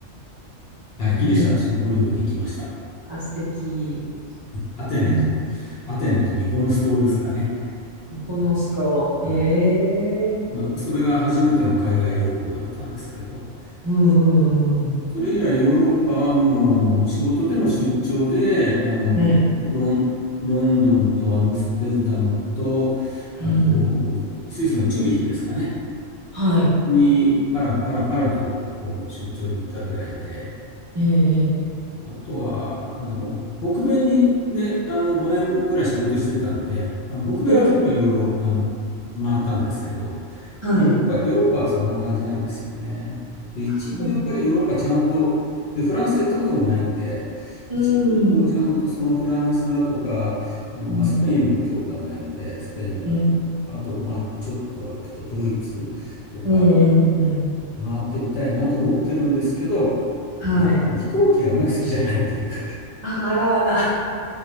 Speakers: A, on the left; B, on the right.
A: はい、ギリシャ新婚旅行で行きました。
B: いいです。あ、素敵。
A: アテネと、
B: エ
A: アテネとミコノス島ですかね。
B: コこの人。
A: はい。
B: へ
A: はい。
B: え。
A: まあ、それが初めての海外旅行だったんですけど、
B: うんうん
A: それ以来ヨーロッパはもうあの仕事での出張であのロン、
B: うん。え、
A: ロンドンとアムステルダムとあとスイスのチューリヒですかね
B: うん。はい。
A: にパラパラパラとこう出張で行ったぐらいで
B: ええ。ええ
A: あとは、あの、北米に、で、あの、5年ぐらい仕事してたんで、あの、北米は結構いろいろ、
B: おう
A: あの、回ったんですけど、
B: はい。
A: ヨーロッパ、ヨーロッパはそんな感じなんですよね。で、一度やっぱりヨーロッパちゃんと、
B: あ、そうなんだ。
A: で、フランスは行ったこともないんで、
B: うん。
A: 一度こうちゃんとそのフランスだとか、あの、
B: うん。
A: まあ、スペインも行ったことがないんで、スペインだとか、
B: ええ、
A: あと、まあ、ちょっと、あとドイツとか
B: ええ、ええ
A: 回ってみたいなと思ってるんですけど、
B: はい。
A: えー飛行機があまり好きじゃないという。
B: あ、あらあら。